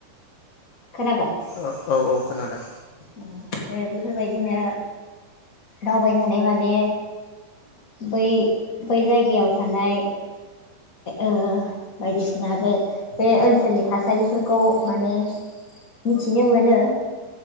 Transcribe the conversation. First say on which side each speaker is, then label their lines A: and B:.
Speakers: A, on the left; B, on the left.
A: खोनाबाय?
B: औ औ औ खोनादों।
A: ओ आरो बेफोरबायदिनो दावबायनानै माने बै बै जायगायाव थानाय ओ बायदिसिना बे बे ओनसोलनि थासारिफोरखौ माने मिथिनो मोनो।